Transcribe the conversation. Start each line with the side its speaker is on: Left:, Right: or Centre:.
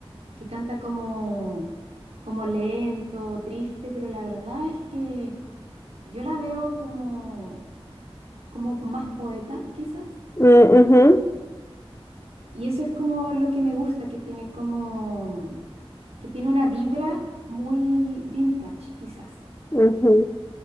Right: que canta como, como lento, triste, pero la verdad es que yo la veo como, como más poeta, quizás.
Left: Mm, ujú,
Right: Y eso es como lo que me gusta, que tiene como, que tiene una vibra muy vintage, quizás,
Left: ujú.